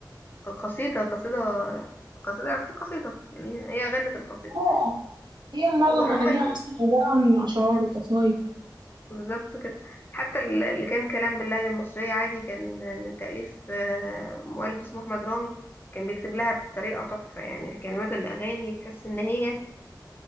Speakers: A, on the left; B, on the right.
A: قصيدة قصيدة قصيدة يعتبر قصيدة يعني هي غنت القصيدة
B: اه هي معظم
A: وعموما
B: اغانيها اصلا عبارة عن اشعار وقصايد
A: بالظبط كده حتى ال- اللي كان كلام باللهجة المصرية عادي كان من تأليف آه، مؤلف اسمه أحمد رامي كان بيكتب لها بطريقة تحفة يعني الكلمات الأغاني تحس إن هي